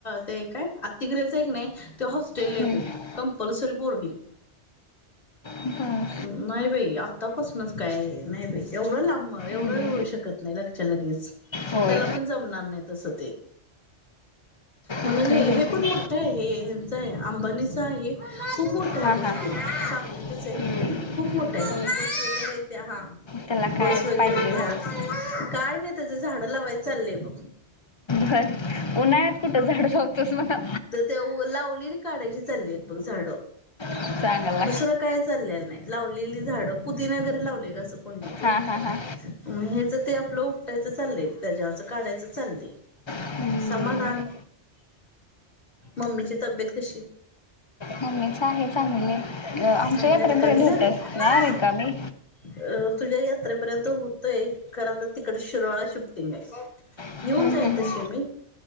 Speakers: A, on the left (about 50°); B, on the left (about 30°).
A: ते काय अतिग्रह ये, कणय, ते हॉस्टेल
B: हम्म.
A: हाय बय कंपल्सरी बोर्डिंग
B: हूं काय
A: नाय बई, आतापासनच काय नाय बई एवढ लांब, एवढं
B: हम्म,
A: होऊ शकत नाय. लगच्यालगेच
B: होय
A: त्याला पण जमणार नाय तसं ते, म्हणून
B: हम्म,
A: हे, हे
B: हम्म, हम्म.
A: पण मोठ ठ ये हेंच आय. आंबानीच आहे. खूप मोठ काही
B: हां
A: गोष्टी,
B: हां
A: सांगलीतच
B: हम्म,
A: ये, खूप मोठ ये. बस
B: होय
A: वगैऱ्या येत्या हा
B: त्याला
A: बस
B: कायच
A: वगैरे
B: पाहिजे
A: येत्या.
B: झालं
A: काय नाय त्याच झाडं लावाय चाललंय बघ
B: काय उन्हाळ्यात कुठं झाड लावतोस म्हणा
A: त ते ओ लावलेली काढायची चाललीयेत बघ झाड
B: चांगला
A: दुसरं काय चाललेलं नाय. लावलेली झाडं, पुदिना जरी लावलेला असो कुंडीतून.
B: हां हां
A: म
B: हां
A: ह्याज ते आपलं उपटायचं चाललय. त्याच्यावरच काढायचं चाललंय.
B: हम्म,
A: समाधान, मम्मीची तब्बेत कशी
B: मम्मीच ये. चांगली ये, आमच्या
A: चांगली
B: यात्रे
A: आता
B: पर्यंत
A: कमी झालंय
B: होत्यास ना रिकामी
A: अ तुझ्या यात्रेपर्यंत होतोय. खरं आता तिकड शिरोलळा शिफ्टिंग आय. <unintelligible>
B: हम्म,
A: येऊन
B: हम्म,
A: जाईन
B: हम्म.
A: तशी मी,